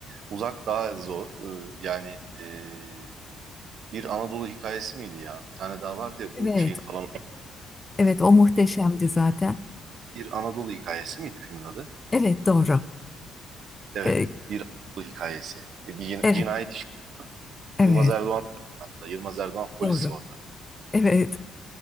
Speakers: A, on the right (about 65°); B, on the left (about 20°).
A: Uzak daha zor. Ee, yani e, bir Anadolu hikayesi miydi ya? Bir tane daha vardı ya
B: Evet,
A: bu şeyin falan.
B: evet o muhteşemdi zaten.
A: Bir Anadolu hikayesi miydi filmin adı?
B: Evet, doğru.
A: Evet,
B: Ee,
A: bir Anadolu hikayesi. E, Bir
B: evet,
A: cinayet işi.
B: evet,
A: Yılmaz Erdoğan hatta. Yılmaz Erdoğan polis
B: doğru.
A: orada.
B: Evet.